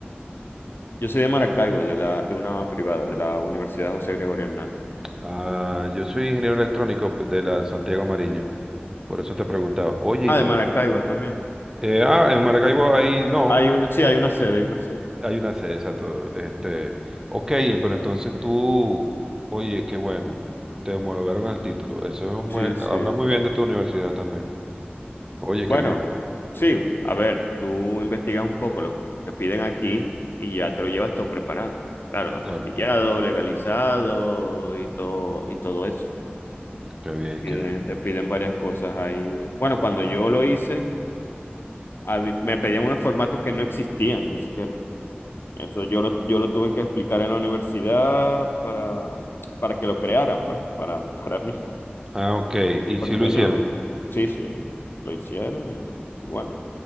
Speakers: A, on the left; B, on the right.
A: Yo soy de Maracaibo, de la, de una privada, de la Universidad José Gregorio Hernández.
B: Ah, yo soy ingeniero electrónico de la Santiago Mariño, por eso te preguntaba. Oye,
A: Ah,
B: y te...
A: de Maracaibo también.
B: eh, ah, en Maracaibo ahí no,
A: Hay Ah, un, sí, hay una sede, hay una sede.
B: hay una sede, exacto. Este, ok, eh, pero entonces tú, oye, qué bueno, te homologaron el título. Eso es un
A: Sí,
B: buen,
A: sí,
B: habla muy
A: sí.
B: bien de tu universidad también. Oye,
A: Bueno,
B: qué bien,
A: sí, a ver, tú investigas un poco lo que piden aquí y ya te lo llevas todo preparado. Claro, apostillado,
B: claro,
A: legalizado y todo, y todo eso.
B: qué bien,
A: Te piden,
B: qué bien.
A: te piden varias cosas ahí. Bueno, cuando yo lo hice, habi- me pedían unos formatos que no existían ni siquiera. Eso yo lo, yo lo tuve que explicar en la universidad para, para que lo crearan, pues, para, <laughs> para mí.
B: Ah, ok, ¿y
A: Porque
B: si lo hicieron?
A: no. Sí, sí, lo hicieron y, y bueno.